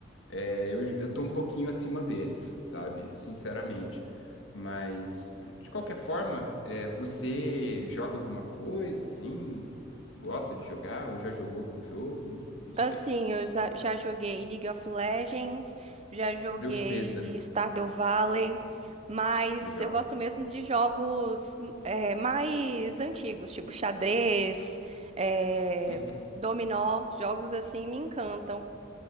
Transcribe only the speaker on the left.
É, eu, eu tô um pouquinho acima deles, sabe? Sinceramente. Mas, de qualquer forma, é, você joga alguma coisa, assim? Gosta de jogar? Ou já jogou algum jogo? Não, não sei.
Meus pêsames.
Legal.
Uhum.